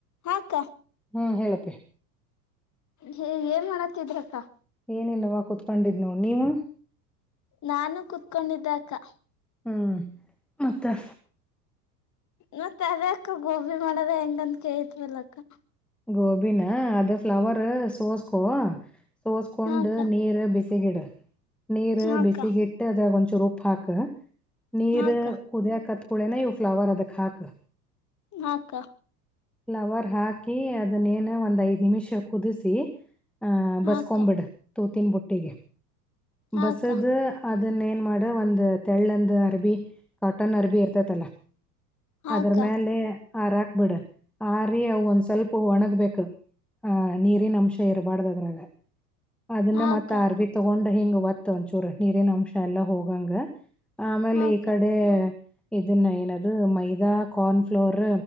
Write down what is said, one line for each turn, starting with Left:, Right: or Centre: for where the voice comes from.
Left: ಹಾಕ್ಕ
Centre: ಹ್ಮ್ ಹೇಳಪ್ಪಿ.
Left: ಹ ಏನ್ ಮಾಡತ್ತಿದ್ರಕ್ಕ?
Centre: ಏನಿಲ್ಲವಾ ಕುತ್ಕೊಂಡಿದ್ ನೋಡ್ ನೀವು?
Left: ನಾನು ಕುೂತ್ಕೊಂಡಿದ್ದೆ ಅಕ್ಕ.
Centre: ಹ್ಮ್ ಮತ್ತೆ
Left: ಮತ್ತೆ ಅದೆ ಅಕ್ಕ ಗೋಬಿ ಮಾಡದ ಹೆಂಗಂತ್ ಕೇಳಿದ್ನಲ್ಲ ಅಕ್ಕ.
Centre: ಗೋಬಿನ ಅದು ಫ್ಲವರ್ ಸೋಸ್ಕೋ. ಸೋಸ್ಕೊಂಡ್
Left: ಹಾಕ್ಕ
Centre: ನೀರ್ ಬಿಸಿ ತೆಗಿಡು. ನೀರು
Left: ಹಾಕ್ಕ
Centre: ಬಿಸಿಗಿಟ್ಟು ಅದ್ರಾಗ್ ಒಂಚೂರ್ ಚುರ್ ಉಪ್ಪಾಕು. ನೀರ್
Left: ಹಾಕ್ಕ
Centre: ಕುದಿಯಕತ್ ಕುಳೆನ ಇವು ಫ್ಲವರ್ ಅದಕ್ಕಾಕು.
Left: ಹಾ ಅಕ್ಕ
Centre: ಫ್ಲವರ್ ಹಾಕಿ ಅದನ್ನೇನ ಒಂದೖದ್ ನಿಮಿಷ ಕುದಿಸಿ ಆ
Left: ಹಾಕ್ಕ
Centre: ಬಸ್ಕೊಂಬಿಡು. ತೂತಿನ್ ಬುಟ್ಟಿಗೆ.
Left: ಹಾಕ್ಕ
Centre: ಬಸದ ಅತ್ ಅದನ್ನೇನ್ ಮಾಡ ಒಂದ್ ತೆಳ್ಳಂದ್ ಅರ್ಬಿ ಕಾಟನ್ ಅರಬಿ ಇರ್ತೈತಲ್ಲಾ.
Left: ಹಾಕ್ಕ
Centre: ಅದ್ರ ಮ್ಯಾಲೆ ಆರಾಕ್ ಬಿಡ. ಆ ರೀ ಅ ಒಂದ್ ಸ್ವಲ್ಪ ಒಣಗ್ಬೇಕ. ಹ ನೀರಿನ ಅಂಶ ಇರಬಾರ್ದ ಅದ್ರಾಗ ಅದನ್ನ
Left: ಹಾಕ್ಕ
Centre: ಮತ್ ಆ ಅರ್ಬಿ ತಗೊಂಡ ಹಿಂಗ್ ಒತ್ತ್ ಒಂಚೂರು ನೀರಿನ ಅಂಶ ಎಲ್ಲಾ ಹೋಗಂಗ. ಆಮೇಲೆ
Left: ಹಾಕ್ಕ
Centre: ಈ ಕಡೆ. ಇದನ್ನ ಏನದ ಮೈದಾ ಕಾರ್ನ್ ಫ್ಲೋರ್